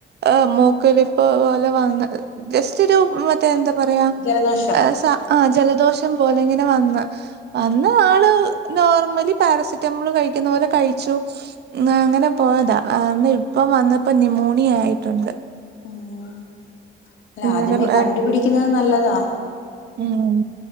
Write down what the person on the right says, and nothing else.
ആഹ് മൂക്കൊലിപ്പ് പോലെ വന്ന് ജസ്റ്റ് ഒരു എന്താ പറയാ
ആഹ് ജലദോഷം പോലെ ഇങ്ങനെ വന്ന് അന്ന് ആള് നോർമലി പാരസെറ്റമോള് കഴിക്കുന്ന പോലെ കഴിച്ചു അന്ന് അങ്ങനെ പോയതാ ആഹ് ഇപ്പം വന്നപ്പോ ന്യൂമോണിയ ആയിട്ടുണ്ട്
ഇന്നലെ
ഏഹ്
ഉം